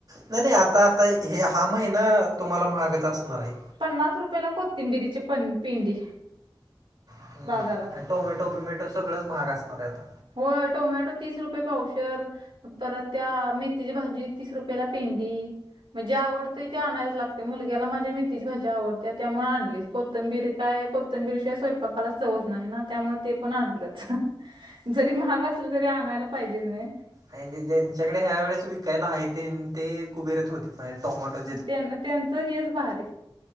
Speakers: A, on the right (about 50°); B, on the right (about 75°).
A: नाही नाही आता आता हे हा महिना तुम्हाला महागच असणार आहे.
B: पन्नास रुपयाेला कोथिंबिरीची पण पिंडी
A: हम्म.
B: बाजारात.
A: आणि टोमॅटो बिमॅटो सगळंच माग असणार आहे आता
B: होय टोमॅटो तीस रुपये पावशर. तर त्या मेथीची भाजी तीस रुपयाला पेंडी म्हणजे आवड तथे आणायच लागते मुलग्याला माझ्या मित तीच भाजी आवडतेया त्यामुळे आणलीच कोथंबीरी काय कोथंबीरी शिवाय स्वयंपाकालाच सवज नाही ना त्यामुळ ते पण आणलंच जरी महाग असलं तरी आणायला पाहिजे नाही.
A: आणिजे ज्यांच्याकडे ह्या वेळेस विकायला आहे ते ते कुबेरत होते. होय टोमॅटोत
B: त्याना त्यांचं हेच भारी.